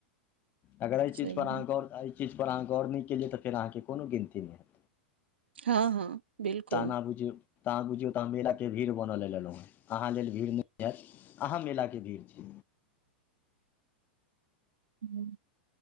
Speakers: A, on the left (about 30°); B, on the right (about 85°).
A: अगर एहि चीजपर
B: सही
A: अहाँ
B: बात
A: गौर एहि चीजपर अहाँ गौर नहि केलियै तऽ फेर अहाँकेँ कोनो गिनती नहि हैत
B: हँ हँ बिल्कुल
A: तह अाँ बुझियौ तऽ आहाँ मेलाके भीड़ बनय ल लेलहुँ हेँ अहाँ लेल भीड़ नहि हयत अहाँ मेलाके भीड़ छी
B: हू